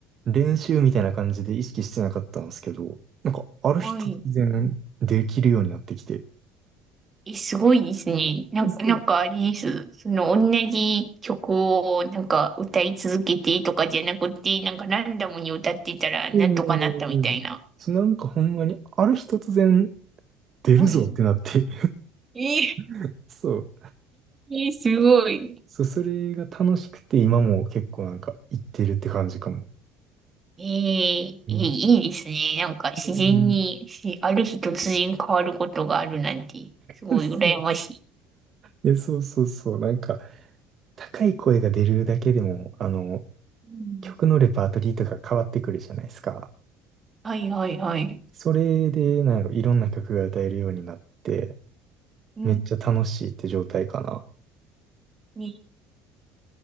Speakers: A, on the right; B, on the right.
A: 練習みたいな感じで意識してなかったんですけど、なんかある日突然できるようになってきて、
B: はい。え、すごいですね。な、
A: そ
B: なんかあれです。その、同じ曲をなんか歌い続けてとかじゃなくて、なんかランダムに歌ってたらなんとかなったみたいな。
A: うんうん。そう、なんかほんまにある日突然出るぞってなって、
B: はい。えー、
A: <laughs> そう。
B: えー、すごい。
A: そう、それが楽しくて今も結構なんか行ってるって感じかも。
B: えー、いいいいですね。
A: うん。
B: なんか自然に、
A: う
B: しある日突然変わることがあるなんて、すごい羨ましい。
A: ん。そう。いや、そうそうそう。なんか高い声が出るだけでも、あの、
B: うん
A: 曲のレパートリーとか変わってくるじゃないですか。
B: はいはいはい。
A: それで、なんやろ、いろんな曲が歌えるようになって、
B: うん、
A: めっちゃ楽しいって状態かな。
B: ね